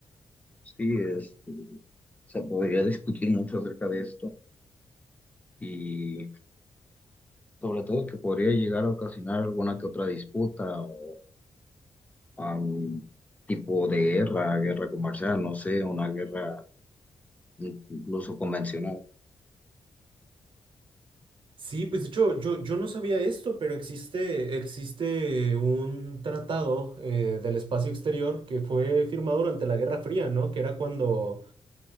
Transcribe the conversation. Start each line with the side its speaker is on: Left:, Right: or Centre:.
Left: Sí, este, se podría discutir mucho acerca de esto y sobre todo que podría llegar a ocasionar alguna que otra disputa o am, tipo de guerra, guerra comercial, no sé, una guerra incluso convencional.
Right: Sí, pues de hecho, yo, yo no sabía esto, pero existe, existe un tratado eh, del espacio exterior que fue firmado durante la Guerra Fría, ¿no? Que era cuando,